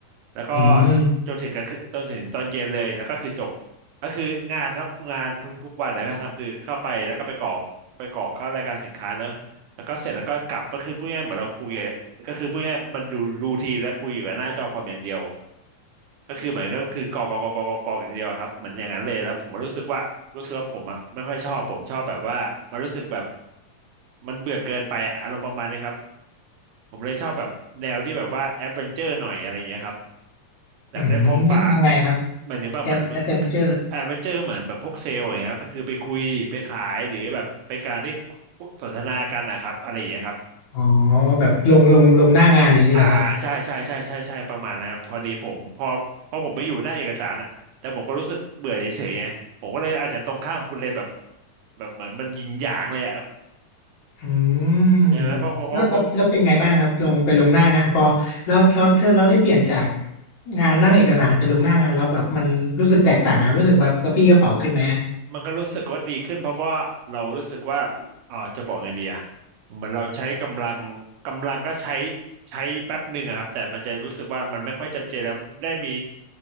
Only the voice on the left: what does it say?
อืม
อืมยักยังไงครับ
แอดแอดเวนเจอร์
อ๋อแบบลงลงลงหน้างานอย่างนี้แหละครับ
อืม
แล้วแล้วแล้วเป็นไงบ้างครับลงไปลงหน้างานพอแล้วแล้วเราได้เปลี่ยนจากงานนั่งเอกสารไปลงหน้างานแล้วแบบมันรู้สึกแตกต่างอะรู้สึกแบบกระปี้กระเป๋าขึ้นไหม